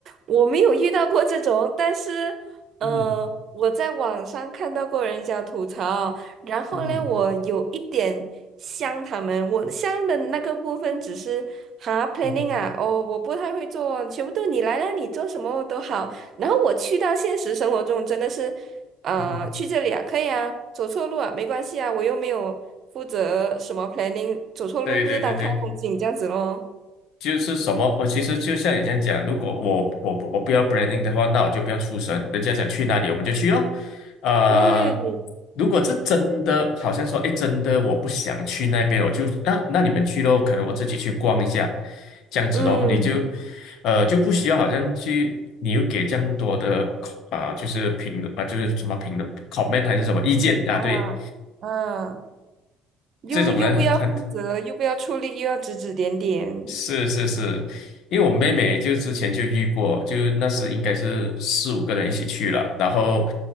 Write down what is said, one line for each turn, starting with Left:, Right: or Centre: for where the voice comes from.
Right: 我我没有遇到过这种，但是，呃，
Left: 嗯哼
Right: 我在网上看到过人家吐槽，然后呢，
Left: 嗯哼
Right: 我有一点像他们，我像的那个部分只是哈 planning
Left: 嗯哼
Right: 啊，哦，我不太会做，全部都你来啦，你做什么都好。然后我去到现实生活中，真的是，呃，
Left: 嗯哼，
Right: 去这里啊，可以啊，走错路啊，没关系啊，我又没有负责什么 planning，走错路不是当看风景这样子咯。
Left: 对对对对。就是什么，我其实就像你这样讲，如果我我不我不要 branding 的话，那我就不要出声，人家想去哪里我们就去哦。呃，
Right: 对，
Left: 如果这真的好像说，哎，真的我不想去那边，我就那那你们去咯，可能我自己去逛一下，这样子咯，
Right: 嗯。
Left: 你就呃就不需要好像去，你又给这样多的啊、就是评论啊、就是什么评论 comment 还是什么意见啊，
Right: 啊啊，
Left: 对，
Right: 又又不要负责，
Left: 这种人很很
Right: 又不要出力，又要指指点点。
Left: 是是是，因为我妹妹就之前就遇过，就那时应该是四五个人一起去了，然后